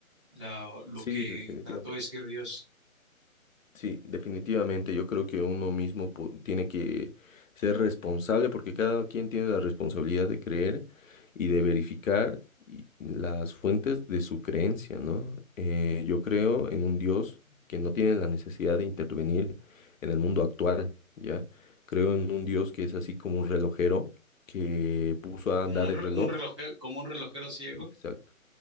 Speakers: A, on the right (about 20°); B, on the left (about 65°).
A: La- lo
B: Sí,
A: que
B: definitivamente.
A: trató de decir Dios,
B: Sí, definitivamente. Yo creo que uno mismo po- tiene que ser responsable porque cada quien tiene la responsabilidad de creer y de verificar y- las fuentes de su creencia, ¿no? Eh, yo creo en un Dios que no tiene la necesidad de intervenir en el mundo actual, ¿ya? Creo en un Dios que es así como un relojero que puso a
A: como
B: andar
A: un, re-
B: el reloj.
A: un reloje- como un relojero ciego.
B: Exacto,